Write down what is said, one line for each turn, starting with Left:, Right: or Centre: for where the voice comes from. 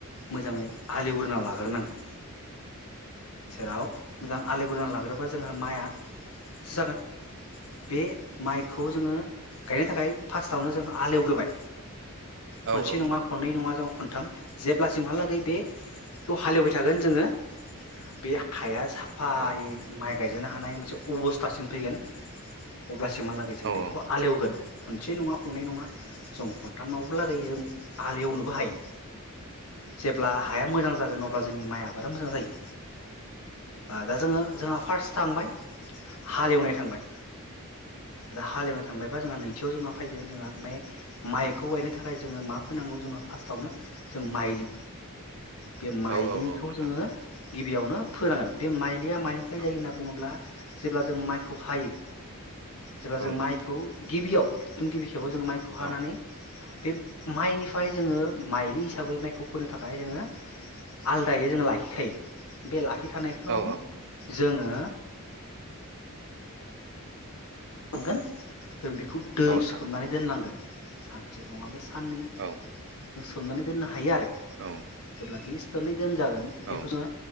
Left: मोजाङै हालएवग्रोना लाग्रोनांगोन जेराव मोजां आलि गुरनानै लाग्रोबा जोंहा माइआसो जागोन बेे माइ खौ जोङो गायनो थाखाय फार्स्टआवनो जों हाल एवग्रोबाय। खनसे
Right: औ नोंथां
Left: नङा खनै नङा जों खन थाम जेब्ला सिमहालागै बेखौ हालएवबाय थागोन जोङो बे हाया सा फायै
Right: औ औ
Left: माइ गायजानो हानाय मोनसे अबस्थासिम फैगोन। अब्लासिम जों बेखौ
Right: औ
Left: आलेवगोन। खनसे नङा खनै नङा जों खन्थामाव लागायैजों हालिएवनोबो हायो। जेब्ला हाया मोजां जागोन अ ब्ला जोंनि माइ आबादा मोजां जायो। दा जोङो जोंहा फार्स्ट थांबाय हालेवनाय थांबाय। दा हालेवनो थांबायबा जोंहा नैथियाव जोंहा फैगोन जोंहा बे माइखौ गायनो थाखाय जोङो मा फोनांगौ जोंहा फार्स्टआवनो जों माइलि बे माइलिखौ
Right: औ औ औ औ नोंथां
Left: जोङो गिबियावनो फोनांगोन बे माइलिया मानिफ्राय
Right: औ
Left: जायो होनना बुङोब्ला जेब्ला जों माइखौ हायो। जेब्ला
Right: नोंथां
Left: जों माइखौ गिबियाव गिबि थेवबो जोङो माइखौ हानानै
Right: औ
Left: बे माइनिफ्राय जोङो माइलि हिसाबै माइखौ फोनो थाखाय जोङो आलादायै जोङो लाखिखायो। बे ला खिखानायखौ
Right: नोंथां औ
Left: जोङो <unintelligible> जों बेखौ दै
Right: औ नोंथां
Left: सोमनानै दोननांगोन। सानसे नङाबा सान्नै
Right: औ
Left: जों सोमनानै दोननो हायो आरो।
Right: औ
Left: जेब्ला बि <unintelligible> दोनजागोन बेखौ
Right: औ
Left: जों